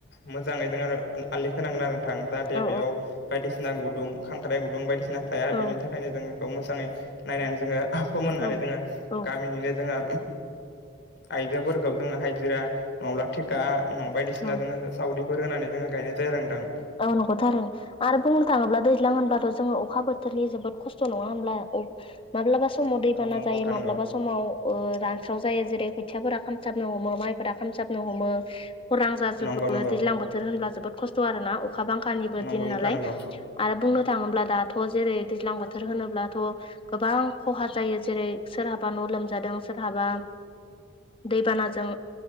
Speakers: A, on the left; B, on the left.
A: मोजाङै जोङो आलि खोनांगोन आरो नोंथां जाहाथे
B: औ
A: बेयाव बायदिसिना गुदुं खांख्राइ गुदुं बायदिसिना थाया
B: औ
A: बेनि थाखायनो जों बेखौ मोजाङै नायनानै जोङो फोमोननानै
B: औ
A: जोङो
B: औ
A: गामिनिनो जोङो आइजोफोरखौ जोङो हाजिरा नङाब्ला थिखा नंङा बायदिसिना
B: औ
A: जोङो सावरिफोर होनानै जोङो गायनाय जायो आरो नोथां।
B: औ नंग' थारैनो। आरो बुंनो थाङोब्ला दैज्लां होनबाथ' जोङो अखा बोथोरनि जोबोद खस्थ' नङा होमब्ला। अब माब्लाबा समाव दैबाना
A: औ नंगौ
B: जायो,
A: नोंथां
B: माब्लाबा
A: नंगौ
B: सम समाव रानस्राव जायो जेरै खोथियाफोरा खामथाबनो हमो माइफोरा खामसाबनो हमो। खरां जाजोबो
A: नंगौ नंगौ
B: दैज्लां बोथोर होनब्ला जोबोद खस्थ' आरो ना अखा बांखानिबो
A: नंगौ
B: दिन नालाय।
A: नोंथां नंगौ
B: आरो बुंनो थाङोब्ला दाथ' जेरै दैज्लां बोथोर होनोब्लाथ' गोबां खहा जायो जेरै सोरहाबा न' लोमजादों सोरहाबा दैबानाजों